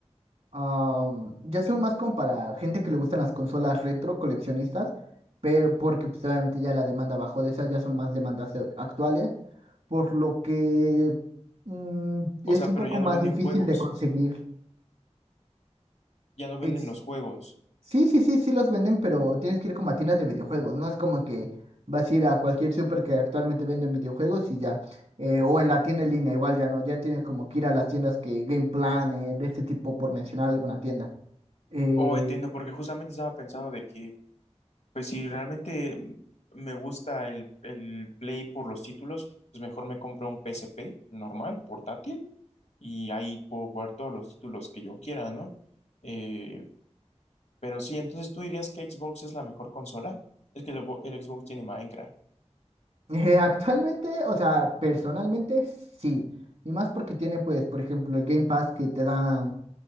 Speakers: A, on the right (about 65°); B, on the left (about 70°).
A: Am, ya son más como para gente que le gustan las consolas retro, coleccionistas, pero porque pues, obviamente ya la demanda bajó de esas, ya son más demandas eh, actuales, por lo que mm,
B: O
A: es
B: sea,
A: un
B: pero
A: poco
B: ya
A: más
B: no venden
A: difícil
B: juegos,
A: de conseguir.
B: ya no venden
A: Es-
B: los juegos.
A: sí, sí, sí, sí los venden, pero tienes que ir como a tiendas de videojuegos, no es como que vas a ir a cualquier super que actualmente venden videojuegos y ya, eh, o en la tienda en línea, igual ya no, ya tienes como que ir a las tiendas que Game Plan, eh, de este tipo, por mencionar alguna tienda. Eh,
B: Oh, entiendo, porque justamente estaba pensando de que, pues si realmente mm, me gusta el, el Play por los títulos, pues mejor me compro un PSP normal, portátil, y ahí puedo jugar todos los títulos que yo quiera, ¿no? Eh, pero sí, entonces tú dirías que Xbox es la mejor consola. Es que el, el Xbox tiene Minecraft.
A: Eh, actualmente, o sea, personalmente sí. Y más porque tiene, pues, por ejemplo, el Game Pass que te da